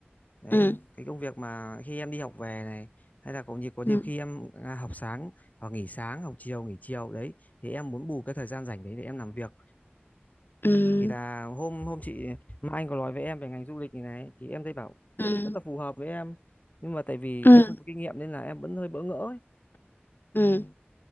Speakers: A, on the left; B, on the left.
A: Đấy,
B: ừ
A: cái công việc mà khi em đi học về này hay là có nhiều có nhiều
B: ừ
A: khi em à, học sáng hoặc nghỉ sáng, học chiều nghỉ chiều đấy thì em muốn bù cái thời gian rảnh đấy để em làm việc.
B: ừ
A: Thì là hôm hôm chị Mai Anh có nói với em về ngành du lịch này này thì em thấy bảo
B: ừ
A: rất là phù hợp với em nhưng mà tại vì
B: ừ
A: em không có kinh nghiệm nên là em vẫn hơi bỡ ngỡ ấy
B: ừ.